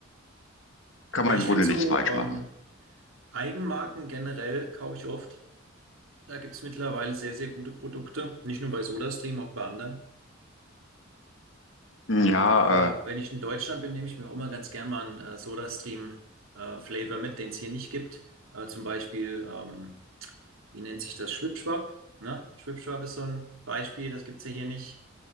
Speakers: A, on the left (about 65°); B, on the right (about 85°).
A: kann
B: Ja,
A: man im
B: ich
A: Grunde
B: finde
A: nichts
B: so
A: falsch machen.
B: ähm, Eigenmarken generell kaufe ich oft. Da gibt's mittlerweile sehr, sehr gute Produkte, nicht nur bei SodaStream, auch bei anderen. Ähm,
A: Ja,
B: aber
A: äh,
B: wenn ich in Deutschland bin, nehme ich mir auch immer ganz gern mal einen äh, SodaStream-Flavor mit, den es hier nicht gibt. Äh, zum Beispiel, ähm, wie nennt sich das? Schwipschwap, ne? Schwipschwap ist so ein Beispiel, das gibt's ja hier nicht.